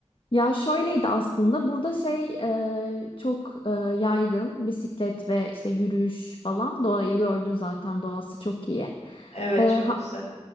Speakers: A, on the left; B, on the left.
A: ya şöyleydi aslında burada şey e, çok e, yaygın bisiklet ve işte yürüyüş falan doğayı gördün zaten doğası çok iyi.
B: Evet
A: E,
B: çok
A: ha-
B: güzel.